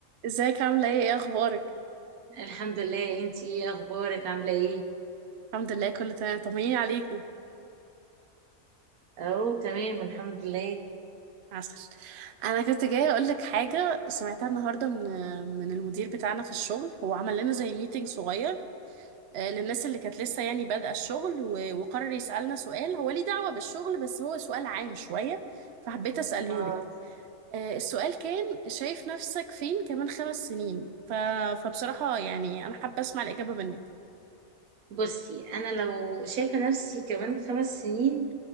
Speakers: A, on the right (about 60°); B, on the right (about 85°).
A: ازيك عاملة ايه ايه اخبارك
B: الحمد لله انتي ايه اخبارك عامله ايه
A: الحمد لله كله تمام طمنيني عليكي
B: اهو تمام الحمد لله
A: عسل انا كنت جاية اقول لك حاجة سمعتها النهاردة من من المدير بتاعنا في الشغل هو عمل لنا زي ميتنج صغير آه، للناس اللي كانت لسه يعني بادئة الشغل و- وقرر يسألنا سؤال هو ليه دعوة بالشغل بس هو سؤال عام شوية فحبيت اسأله
B: اه
A: لك آه، السؤال كان شايف نفسك فين كمان خمس سنين ف... فبصراحة يعني انا حابة اسمع الإجابة منك
B: بصي انا لو شايفه نفسي كمان خمس سنين